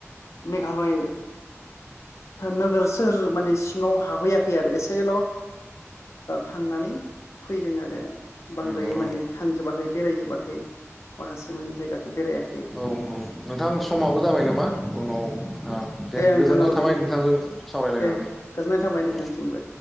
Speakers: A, on the left; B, in the centre.
A: मेघालय नोगोर सोहो माने सिङाव हाबहैयाखै आरो एसेल ओ' थांनानै फैदों आरो बांद्राय
B: नंगौ नंगौ
A: माने थांजोबाखै बेरायजोबाखै माखासे माने जायगाखौ बेरायाखै
B: औ औ नोंथां समाबो जाबाय नामा उनाव ओ
A: दे नोंथां
B: गोजोननाय
A: औ
B: थाबाय
A: दे
B: नोंथांजों सावरायलायनानै
A: दे गोजोननाय थांबाय नोंथांसिमबो।
B: दे